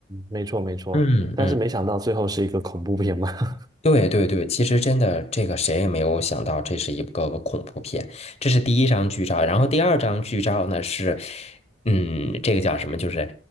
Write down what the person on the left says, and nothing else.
嗯嗯
对对对，其实真的，这个谁也没有想到，这是一个恐怖片。这是第一张剧照，然后第二张剧照呢是，嗯，这个叫什么？就是，